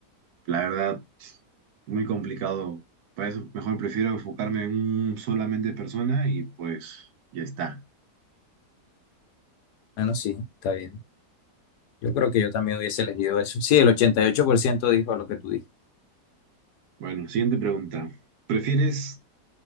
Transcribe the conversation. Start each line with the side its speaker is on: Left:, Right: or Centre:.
Right: la verdad, muy complicado. Para eso mejor prefiero enfocarme en un solamente persona y pues ya está.
Left: Bueno, sí, está bien. Yo creo que yo también hubiese elegido eso. Sí, el 88% dijo lo que tú dijiste.
Right: Bueno, siguiente pregunta. ¿Prefieres